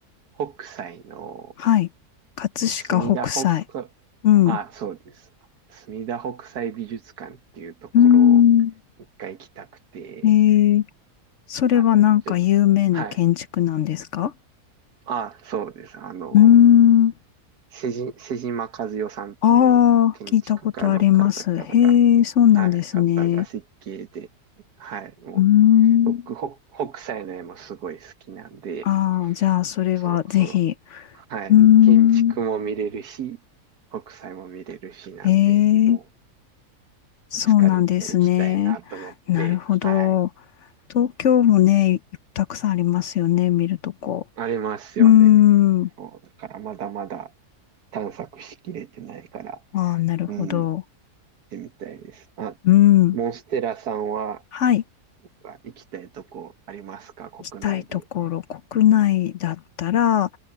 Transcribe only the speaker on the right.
北斎の
墨田北、
あ、
そうです。墨田北斎美術館っていうところを
一回行きたくて、
あの、ちょっと、はい。あ、そうです。あの、
瀬島瀬島和代さんっていう建築家の方々が、
はい、方が設計で、はい、もう、
僕、北北斎の絵もすごい好きなんで、
そう、その、はい。
建築も見れるし、北斎も見れるしなんで、
も
う、いつか絶対行きたいなと思って、
はい。
ありますよね。
そう、だからまだまだ探索しきれてないから、
うん、行ってみたいです。あ、
モンステラさんは
あ行きたいとこありますか国内で。